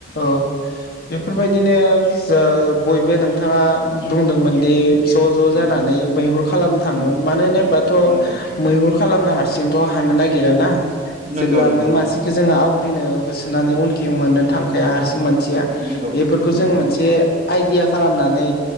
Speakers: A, on the left; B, on the right.
A: औ बेफोरबायदिनो जो दयबो नोंथाङा बुंदोंमोन दि ज' ज'
B: उम
A: जानानै मैहुर खालामनो थाङोमोन
B: नंगौ
A: मानो होनो थ'
B: नंगौ
A: मैहुर खालामनो हारसिंथ' हानो नागिराना।
B: नंगौ
A: जेब्ला
B: नंगौ
A: मै मासेखौ
B: नोंथां नंगौ
A: जोङो आवग्रिनो होसोनानै उनथिं मोननो थांखाया हारसिं मोन सेया
B: नंगौ
A: बेफोरखौ
B: नंगौ
A: जों
B: नोंथां
A: मोनसे आय दिया खालामनानै